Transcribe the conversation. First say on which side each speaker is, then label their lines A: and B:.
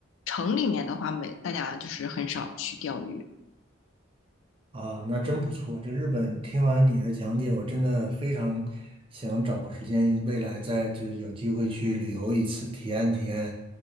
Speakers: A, on the left; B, on the right.
A: 城里面的话，没大家就是很少去钓鱼。
B: 啊，那真不错。这日本听完你的讲解，我真的非常想找时间，未来再就是有机会去旅游一次，体验体验